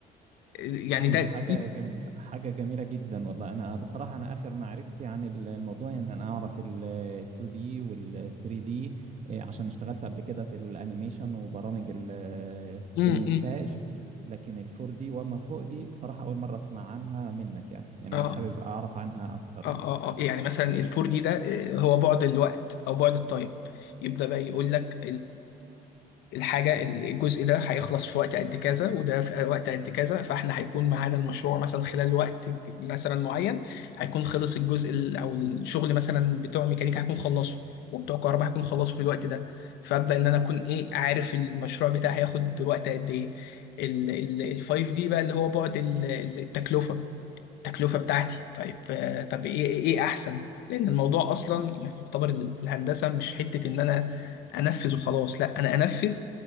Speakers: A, on the left; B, on the right.
A: آه، يعني
B: دي
A: ده
B: حاجة
A: دي
B: جميلة حاجة جميلة جدا والله أنا بصراحة أنا آخر معرفتي عن ال- الموضوع يعني إن أنا أعرف ال 2D وال 3D إيه، عشان اشتغلت قبل كده في الأنيميشن وبرامج ال-
A: امم
B: المونتاج لكن ال 4D وما فوق دي بصراحة أول مرة أسمع عنها منك يعني يعني
A: اه
B: أنا حابب أعرف عنها أكتر
A: اه
B: يعني
A: اه اه يعني مثلا الفور دي ده آه، هو بعد الوقت او بعد التايم يبدأ بقى يقول لك الحاجة الجزء ده هيخلص في وقت قد كذا وده في وقت قد كذا فاحنا هيكون معانا المشروع مثلا خلال وقت مثلا معين هيكون خلص الجزء ال- او الشغل مثلا بتوع ميكانيكا هيكون خلصه وبتوع كهرباء هيكون خلصه في الوقت ده فابدا ان انا اكون ايه عارف المشروع بتاعي هياخد وقت قد ايه ال ال 5 دي بقى اللي هو بعد ال- التكلفة التكلفة بتاعتي طيب آه، طب ايه ايه إيه احسن لان الموضوع اصلا يعني يعتبر ال- الهندسة مش حتة ان انا انفذ وخلاص لا انا انفذ